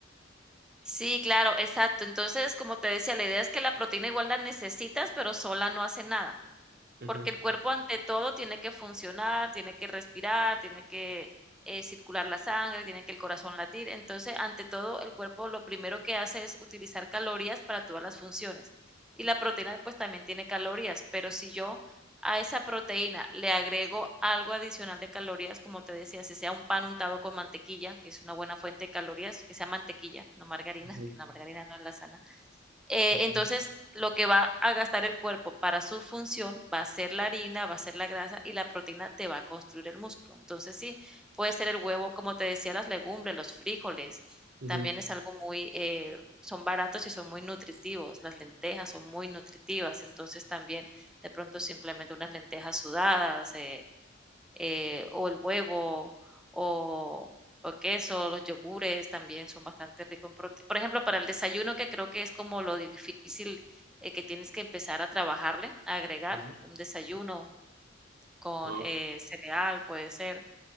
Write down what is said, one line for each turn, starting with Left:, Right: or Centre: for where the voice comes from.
Centre: Sí, claro, exacto. Entonces, como te decía, la idea es que la proteína igual la necesitas, pero sola no hace nada.
Right: Ujú,
Centre: Porque el cuerpo ante todo tiene que funcionar, tiene que respirar, tiene que eh, circular la sangre, tiene que el corazón latir. Entonces, ante todo, el cuerpo lo primero que hace es utilizar calorías para todas las funciones. Y la proteína pues también tiene calorías, pero si yo a esa proteína le agrego algo adicional de calorías, como te decía, si sea un pan untado con mantequilla, que es una buena fuente de calorías, que sea mantequilla, no margarina,
Right: ujú,
Centre: <laughs> que la margarina no es la sana eh,
Right: ok,
Centre: entonces, lo que va a gastar el cuerpo para su función va a ser la harina, va a ser la grasa y la proteína te va a construir el músculo. Entonces, sí, puede ser el huevo, como te decía, las legumbres, los frijoles,
Right: ujú,
Centre: también es algo muy, eh, son baratos y son muy nutritivos. Las lentejas son muy nutritivas, entonces también de pronto simplemente unas lentejas sudadas, eh, eh, o el huevo, o, o queso, los yogures también son bastante ricos en proteína Por ejemplo, para el desayuno, que creo que es como lo difícil eh, que tienes que empezar a trabajarle, a agregar
Right: ujú.
Centre: un desayuno con
Right: Ah,
Centre: eh, cereal, puede ser,